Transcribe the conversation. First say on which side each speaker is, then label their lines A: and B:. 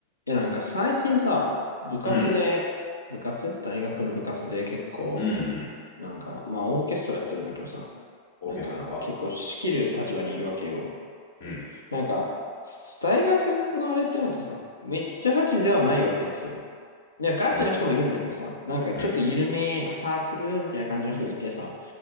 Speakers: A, on the left; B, on the left.
A: いや、なんか最近さ、部活で、
B: うん、
A: 部活大学の部活で結構、
B: うん、うん。
A: なんか、まあオーケストラやってるんだけどさ、
B: オーケストラか。
A: なんか結構仕切る立場にいるわけよ。
B: うん、
A: なんか、大学のあれってなるとさ、めっちゃガチではないわけですよ。いや、ガチな人もいるんだけどさ、
B: うん、
A: なんかちょっと緩めなサークルみたいな感じの人もいてさ、
B: うん、